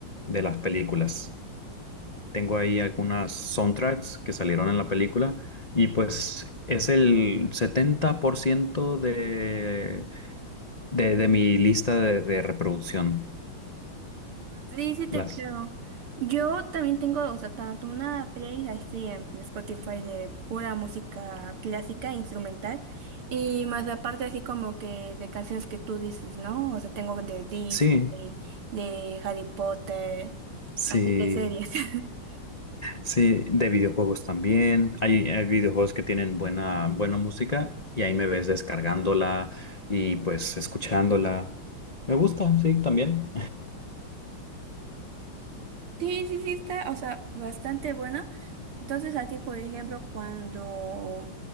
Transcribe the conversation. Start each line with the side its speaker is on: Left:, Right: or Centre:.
Left: de las películas. Tengo ahí algunas soundtracks que salieron en la película y pues es el 70% de, de, de mi lista de de reproducción.
Right: Sí, sí te
Left: Las.
Right: creo. Yo también tengo, o sea, tanto una playlist así en Spotify de pura música clásica, instrumental, y más aparte así como que de canciones que tú dices, ¿no? O sea, tengo de Disney,
Left: Sí,
Right: de Harry Potter,
Left: sí,
Right: así de series. <laughs>
Left: sí, de videojuegos también. Hay, hay videojuegos que tienen buena, buena música y ahí me ves descargándola y pues escuchándola. Me gusta, sí, también.
Right: Sí, sí, sí, está, o sea, bastante buena. Entonces, a ti, por ejemplo, cuando,